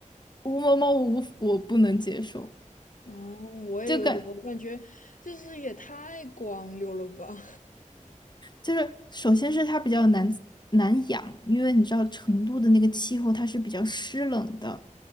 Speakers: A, on the left; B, on the left.
A: 无毛猫我无我不能接受，
B: 哦，我也有点，
A: 就感
B: 我感觉就是也太光溜了吧。<laughs>
A: 就是首先是它比较难难养，因为你知道成都的那个气候它是比较湿冷的，